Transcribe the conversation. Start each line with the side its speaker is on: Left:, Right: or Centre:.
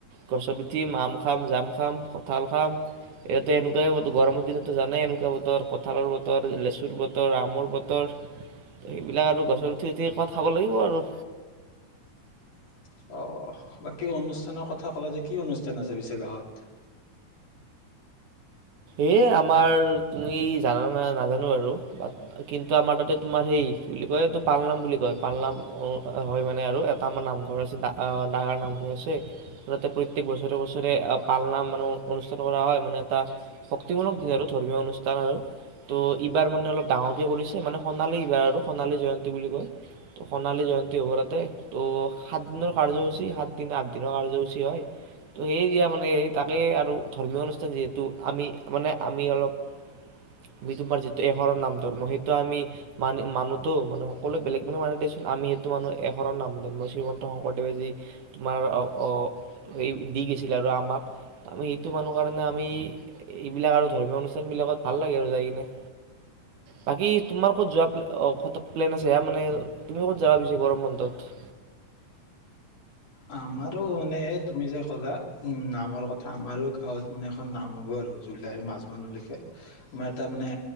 Right: গছত উঠিম, আম খাম, জাম খাম, কঁঠাল খাম। ইয়াতে এনেকুৱই হব গৰমৰ দিনতো জানাই এনেকুৱা কুৱা বতৰ কঁঠালৰ বতৰ, লেচুৰ বতৰ, আমৰ বতৰ সেইবিলাক আৰু গছৰ উঠি উঠি কৱাত খাব লাগিব আৰু-
Left: উ অ বাকী অনুষ্ঠানৰ কথা কলা যে কি অনুষ্ঠান আছে পিছে গাঁৱত। <inaudible>
Right: এ আমাৰ তুমি জানা ন নাজানো আৰু কিন্তু আমাৰ তাতে তোমাৰ সেই বুলি কয় এইটো পালনাম বুলি কয় পালনাম অ আ হয় মানে আৰু এটা আমাৰ নামঘৰ আছে ডা আ ডাঙৰ নাম- ঘৰ আছে তাতে প্ৰত্যেক বছৰে বছৰে পালনাম মানে অনুষ্ঠান কৰা হয় মানে এটা- শক্তিমূলক দিন আৰু ধৰ্মীয় অনুষ্ঠান আৰু ত' ইবাৰ মানে অলপ ডাঙৰকে কৰিছে মানে সোণালী এইবাৰ আৰু সোণালী জয়ন্তী বুলি কয়। ত সোণালী জয়ন্তী হ'ব তাতে ত' সাত দিনৰ কাৰ্যসূচী সাত দিন আঠ দিনৰ কাৰ্যসূচী হয় ত' সেই যেইযেয়া মানে সেই তাকেই আৰু ধৰ্মীয় অনুষ্ঠান যিহেতু আমি মানে আমি অলপ। আমি তোমাৰ যিটো এশৰৰ নাম ধৰ্ম সেইটো আমি মান মানোতো মানে সকলোৱে বেলেগ বেলেগ মানে দেচোন- আমি সেইটো মানুহ এশৰণ নাম ধৰ্ম শ্ৰীমন্ত শংকৰদেৱে যি তোমাৰ আহ- সেই দি গৈছিলে। আৰু আমাক আমি সেইটো মানুহ কাৰণে আমি- এইবিলাক আৰু ধৰ্মীয় অনুষ্ঠান বিলাকত ভাল লাগে আৰু যাই কিনে-
Left: <inaudible>
Right: বাকী তোমাৰ ক'ত যোৱা অ প্লেন আছে এয়া মানে তুমি ক'ত যাব পিছে গৰম বন্ধত-
Left: অ আমাৰো মানে তুমি যে ক'লা উম নামৰ কথা আমাৰো গাঁৱত মানে এখন নাম হ'ব আৰু য'ত জাই মাজ মনলৈকে আমাৰ এটা মানে